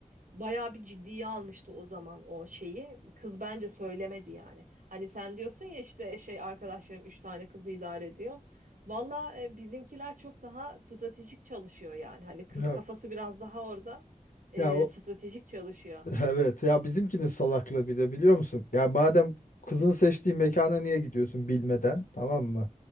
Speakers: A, on the right; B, on the left.
A: bayağı bir ciddiye almıştı o zaman o şeyi. Kız bence söylemedi yani. Hani sen diyorsun ya işte şey arkadaşlarım üç tane kızı idare ediyor. Valla e, bizimkiler çok daha stratejik çalışıyor yani. Hani kız
B: Ya,
A: kafası biraz daha orada e,
B: ya o
A: stratejik çalışıyor.
B: <laughs> evet ya bizimkinin salaklığı bir de biliyor musun? Ya madem kızın seçtiği mekana niye gidiyorsun bilmeden tamam mı?